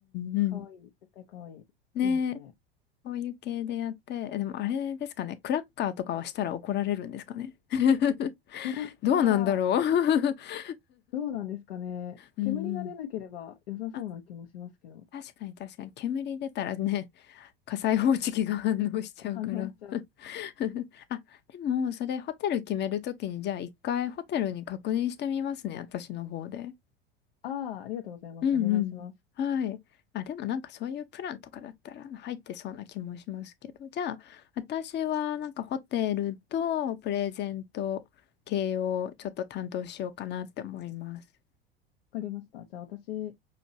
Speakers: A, on the left; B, on the left.
A: んうん。
B: 可愛い。絶対可愛い。
A: ねえ、
B: いいですね。
A: こういう系でやって。えでもあれですかね。クラッカーとかはしたら怒られるんですかね。<laughs>
B: クラッカー、
A: どうなんだろう。<laughs>
B: どうなんですかね。
A: うんうん。
B: 煙が出なければ良さそうな気もしますけど。
A: あ、確かに確かに。煙出たらね。火災報知器が反応しちゃうから。
B: え反応しちゃう。
A: <laughs> あ、でも、それホテル決めるときに、じゃあ一回ホテルに確認してみますね、私の方で。
B: ああ、ありがとうございます。
A: うんうん。
B: お願いします。わ
A: はい。あ、でもなんかそういうプランとかだったら入ってそうな気もしますけど。じゃあ、私はなんかホテルとプレゼント系をちょっと担当しようかなって思います。
B: かりました。じゃあ私、